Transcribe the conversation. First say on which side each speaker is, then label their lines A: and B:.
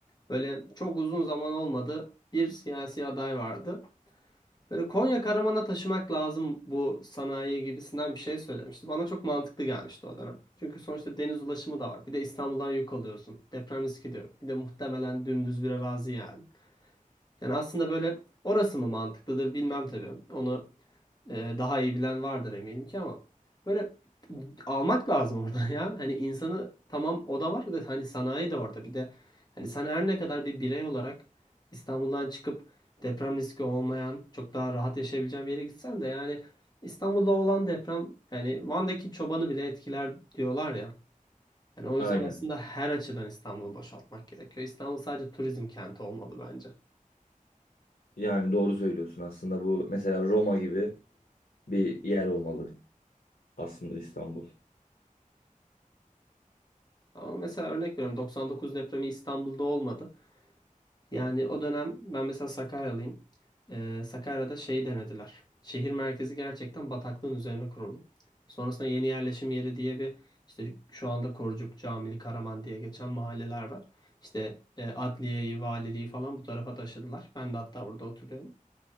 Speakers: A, on the left; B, on the left.
A: böyle çok uzun zaman olmadı bir siyasi aday vardı. Böyle Konya Karaman'a taşımak lazım bu sanayi gibisinden bir şey söylemişti. Bana çok mantıklı gelmişti o dönem. Çünkü sonuçta deniz ulaşımı da var. Bir de İstanbul'dan yük alıyorsun. Deprem riski de yok. Bir de muhtemelen dümdüz bir arazi yani. Yani aslında böyle orası mı mantıklıdır bilmem tabii. Onu e, daha iyi bilen vardır eminim ki ama böyle almak lazım <laughs> oradan ya. Hani insanı tamam o da var da hani sanayi de orada. Bir de hani sen her ne kadar bir birey olarak İstanbul'dan çıkıp deprem riski olmayan çok daha rahat yaşayabileceğin bir yere gitsen de yani İstanbul'da olan deprem yani Van'daki çobanı bile etkiler diyorlar ya. Yani o yüzden
B: Aynen.
A: aslında her açıdan İstanbul'u boşaltmak gerekiyor. İstanbul sadece turizm kenti olmalı bence.
B: Yani doğru söylüyorsun aslında bu mesela Roma gibi. bir yer olmalı aslında İstanbul.
A: Ama mesela örnek veriyorum 99 depremi İstanbul'da olmadı. Yani o dönem ben mesela Sakaryalıyım. Ee, Sakarya'da şeyi denediler. Şehir merkezi gerçekten bataklığın üzerine kuruldu. Sonrasında yeni yerleşim yeri diye bir işte şu anda Korucuk, Camili, Karaman diye geçen mahalleler var. İşte e, adliyeyi, valiliği falan bu tarafa taşıdılar. Ben de hatta burada oturuyorum.